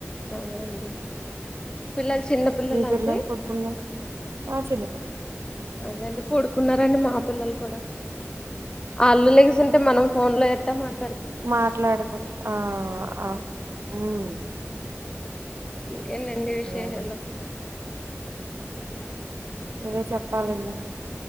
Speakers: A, on the left; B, on the right.
A: అదే అండి. పిల్లలు చిన్న పిల్లలండి?
B: మీ పిల్లలు పడుకున్నారు ఆ చిన్న పిల్లల్
A: అదే అండి. పడుకున్నరాండి మా పిల్లలు కూడా అల్లు లేగిసింటే మనం ఫోన్ లో ఎట్టమాట్
B: మాట్లాడుకొని ఆహ్ ఉహ్మ్
A: ఇంకేండండి విశేషాలు
B: అదే ఇరే సేప్పాలండి.